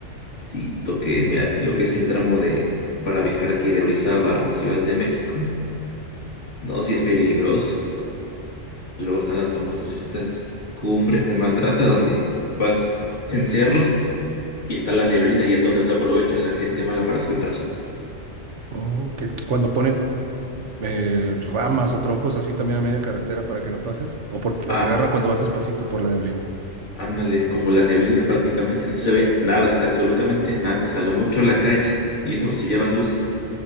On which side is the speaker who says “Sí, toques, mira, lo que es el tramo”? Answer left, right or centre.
Left